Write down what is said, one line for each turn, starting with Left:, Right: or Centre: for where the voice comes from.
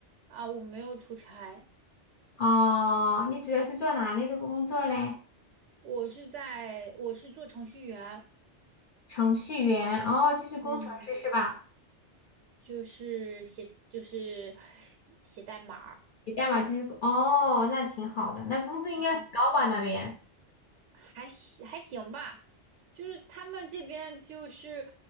Right: 啊，我没有出差，
Left: 哦，你主要是做哪类的工作嘞？
Right: 我是在，我是做程序员，
Left: 程序员，哦，就是工程师是吧？
Right: 嗯，就是写，就是写代码
Left: 写代码就是，哦，那挺好的，那工资应该很高吧那边？
Right: 嗯。还行还行吧，就是他们这边就是，